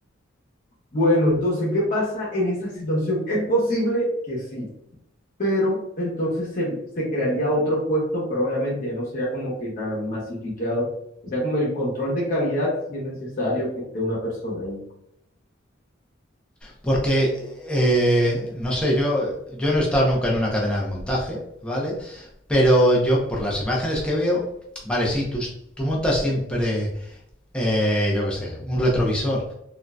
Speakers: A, on the left; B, in the centre.
A: Bueno, entonces, ¿qué pasa en esa situación? Es posible que sí, pero entonces se, se crearía otro puesto, pero obviamente ya no sería como que tan masificado. O sea, como el control de calidad, si es necesario que esté una persona ahí.
B: Porque, eh, no sé, yo, yo no he estado nunca en una cadena de montaje, ¿vale? Pero yo, por las imágenes que veo, vale, sí, tú, tú montas siempre, eh, yo qué sé, un retrovisor,